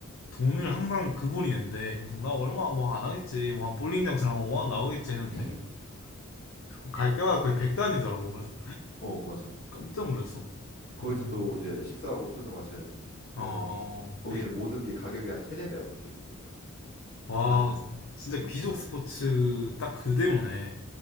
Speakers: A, on the left; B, on the left.
A: 돈을 항상 그분이 낸대. 그래서 나 얼마 뭐 안 하겠지. 뭐 한 볼링 장처럼 한만원 나오겠지 했는데
B: <laughs>
A: 갈 때마다 거의 백단이더라고 그래서
B: 어, 맞아.
A: 깜짝 놀랐어.
B: 거기서
A: 음.
B: 또 이제 식사하고 술도 마셔야지. 그러면
A: 아,
B: 거기는 모든 게 가격이 한 세네 배야 밖에 있고
A: 와,
B: 안에서
A: 진짜
B: 진짜.
A: 귀족 스포츠 딱 그대로네.